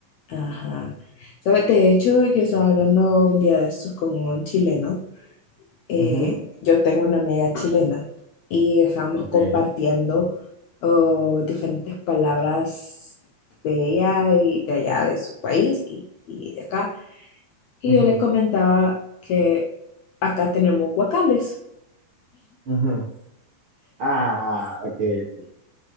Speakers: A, on the left; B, on the right.
A: ajá. ¿Sabes? De hecho, yo estaba hablando un día de estos con un chileno. eh,
B: ujú,
A: yo tengo una amiga chilena y estábamos
B: ok,
A: compartiendo oh, diferentes palabras de ella y de allá, de su país y, y de acá. Y
B: ujú,
A: yo le comentaba que acá tenemos guacales.
B: ujú. Ah, ok, ok.